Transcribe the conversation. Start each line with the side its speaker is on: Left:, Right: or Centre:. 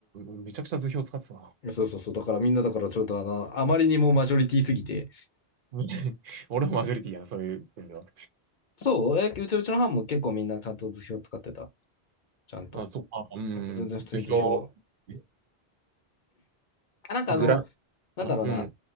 Right: んめちゃくちゃ図表使ってたわ。
Left: う。そうそうそう。だからみんなだからちょっとあの、あまりにもマジョリティすぎて。
Right: うん <laughs> 俺もマジョリティやな、そういう点では。
Left: そう、え、うちうちの班も結構みんなちゃんと図表使ってた。ちゃんと。
Right: あ、そっか。うん図表。
Left: うん全然普通に図表。
Right: え
Left: あ、なんかあの、
Right: グラフ
Left: なんだろうな。
Right: かなうん